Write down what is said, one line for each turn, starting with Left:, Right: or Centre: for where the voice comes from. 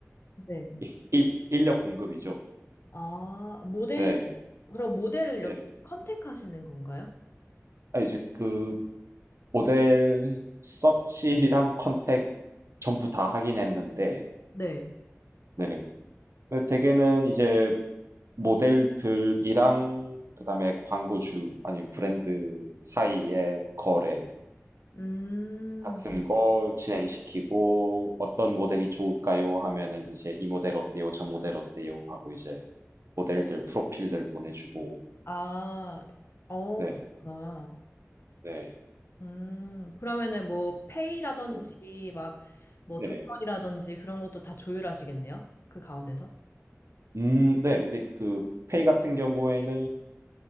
Left: 네.
Right: <laughs> 인력 공급이죠.
Left: 아, 모델,
Right: 네.
Left: 그럼 모델을 이렇게
Right: 네.
Left: 컨택하시는 건가요?
Right: 아, 이제 그 모델 서치랑 컨택 전부 다 하긴 했는데,
Left: 네.
Right: 네네. 근데 대개는 이제 모델들이랑 그다음에 광고주 아니면 브랜드 사이의 거래
Left: 음,
Right: 같은 거 진행시키고 어떤 모델이 좋을까요? 하면은 이제 이 모델 어때요? 저 모델 어때요? 하고 이제 모델들 프로필들 보내주고,
Left: 아, 어,
Right: 네네.
Left: 그렇구나.
Right: 네.
Left: 음, 그러면은 뭐 페이라든지
Right: 네.
Left: 막 뭐
Right: 네네.
Left: 조건이라든지 그런 것도 다 조율하시겠네요. 그 가운데서.
Right: 음, 네. 근데 그 페이 같은 경우에는